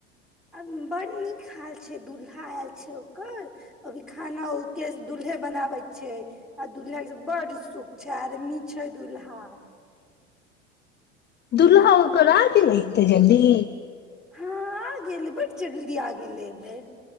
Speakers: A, in the centre; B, on the left.
A: आ बड़ नीक हाल छै दुूल्हा आएल छै ओकर अभी खाना ओके दुल्हे बनाबै छै आ दुूल्हाके बड सुख छै आर्मी छै दुूल्हा
B: दुल्हा ओकर आ गेल हेतै जल्दी
A: हँ आ गेले बड्ड जल्दी आ गेले एहि बेर